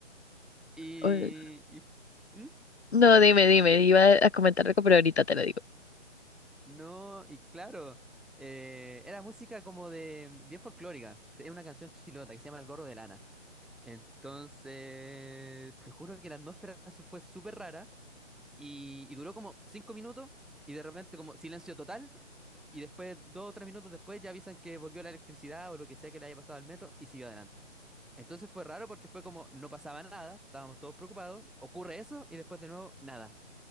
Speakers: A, in the centre; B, on the left.
A: Y...
B: O-
A: y- ¿Mm?
B: No, dime, dime. Iba a comentar algo, pero ahorita te lo digo.
A: No, y claro, eh, era música como de... bien folclórica. Sí, Es una canción chilota que se llama El Gorro de Lana. Entonces, te juro que la atmósfera su- fue súper rara. Y, y duró como cinco minutos y de repente como silencio total. Y después, dos o tres minutos después, ya avisan que volvió la electricidad o lo que sea que le haya pasado al metro y siguió adelante. Entonces fue raro porque fue como no pasaba nada, estábamos todos preocupados, ocurre eso y después de nuevo nada.